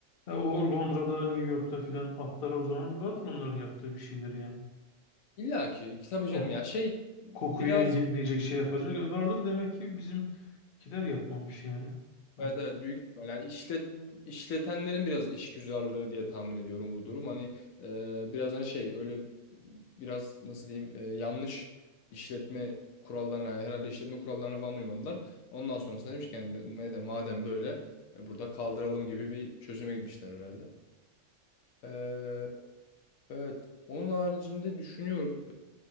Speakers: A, on the left; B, on the left.
A: Ha, o Londra'da, New York'ta filan atlara o zaman vardır onların yaptığı bir şeyler yani.
B: İlla ki tabii canım
A: O k-
B: ya şey
A: kokuyu
B: biraz
A: engelleyecek şey yapacak vardır demek ki bizimkiler yapmamış yani artık.
B: Evet evet büyük ihtimal. Yani işlet, işletenlerin biraz işgüzarlığı diye tahmin ediyorum bu durum. Hani e, biraz hani şey öyle biraz nasıl diyeyim e, yanlış işletme kurallarına herhalde işletme kurallarına falan uymadılar. Ondan sonrasında demiş ki yani madem madem böyle e, burada kaldıralım gibi bir çözüme gitmişler herhalde. E, evet. Onun haricinde düşünüyorum